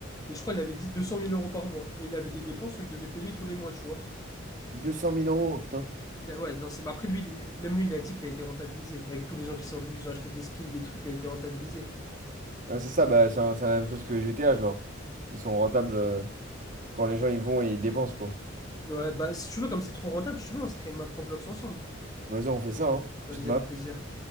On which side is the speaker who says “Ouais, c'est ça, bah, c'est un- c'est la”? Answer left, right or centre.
Right